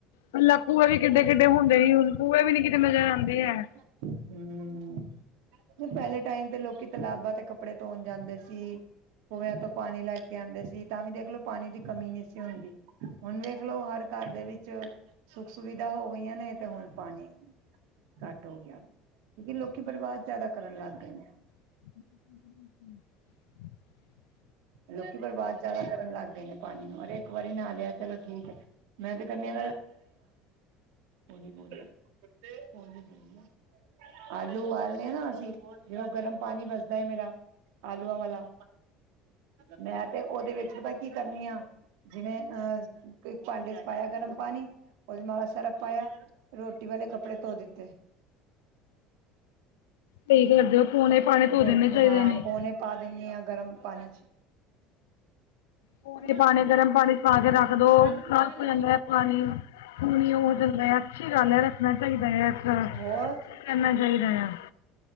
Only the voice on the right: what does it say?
ਹੂੰ ਪਹਿਲੇ ਟਾਈਮ ਤੇ ਲੋਕੀ ਤਲਾਬਾਂ ਤੇ ਕੱਪੜੇ ਧੋਣ ਜਾਂਦੇ ਸੀ, ਕੂਇਆਂ ਤੋਂ ਪਾਣੀ ਲੈ ਕੇ ਆਂਦੇ ਸੀ ਤਾਂ ਵੀ ਦੇਖ। ਲੋ ਪਾਣੀ ਦੀ ਕਮੀ ਨਹੀਂ ਸੀ ਹੁੰਦੀ। ਹੁਣ ਵੇਖ ਲੋ ਹਰ ਘਰ ਦੇ ਵਿੱਚ ਸੁੱਖ ਸੁਵਿਧਾ ਹੋ ਗਈਆਂ ਨੇ ਤੇ ਹੁਣ ਪਾਣੀ ਘੱਟ ਹੋ ਗਿਆ। ਕਿਉਂਕਿ ਲੋਕੀ ਬਰਬਾਦ ਜਿਆਦਾ ਕਰਨ ਲੱਗ ਗਏ ਨੇ।
ਲੋਕੀ ਬਰਬਾਦ ਜਿਆਦਾ ਕਰਨ ਲੱਗ ਗਏ ਨੇ। ਪਾਣੀ ਨੂੰ ਔਰ ਇੱਕ ਵਾਰੀ ਨਾ ਲਿਆ ਚਲੋ ਠੀਕ ਹੈ, ਮੈਂ ਤੇ ਕਹਿਨੀ ਆ ਹੋਲੀ ਬੋਲੋ, ਹੋਲੀ ਬੋਲੋ। ਆਲੂ ਉਾਲਣੇ ਆ ਨਾ ਅਸੀਂ ਜ ਗਰਮ ਪਾਣੀ ਵਜਦਾ ਮੇਰਾ। ਆਲੂਆਂ ਵਾਲਾ। ਮੈਂ ਤੇ ਉਹਦੇ ਵਿੱਚ ਭ ਕੀ ਕਰਨੀ ਆ। ਜਿਵੇਂ ਅਹ ਇੱਕ ਭਾਂਡੇ ਚ ਪਾਇਆ। ਗਰਮ ਪਾਣੀ ਉਹਦੇ ਮਾ ਸਰਫ ਪਾਇਆ। ਰੋਟੀ ਵਾਲੇ ਕੱਪੜੇ ਧੋ ਦਿੱਤੇ।
ਰੋ
ਹਾਂ
ਪੋਣੇ। ਪਾ ਦਿੰਣੀ ਹਾਂ ਗਰਮ ਪਾਣੀ।
ਮੰਮਾ
ਪੰਜੈਂ ਵੀ।
ਹੋਰ